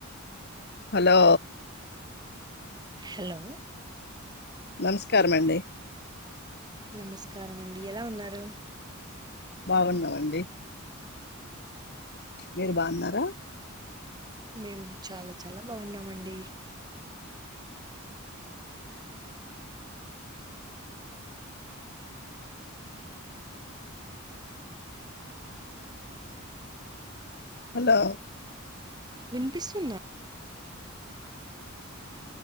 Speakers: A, on the right; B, on the left.
A: అ
B: hello
A: hello
B: నమస్కార అండి
A: నమస్కారం అండి ఎలా ఉన్నారు
B: బాగున్నాము అండి మీరు బాగున్నారా
A: మేము చాలా చాలా బాగున్నామండి
B: హలో
A: వినిపిస్తుందా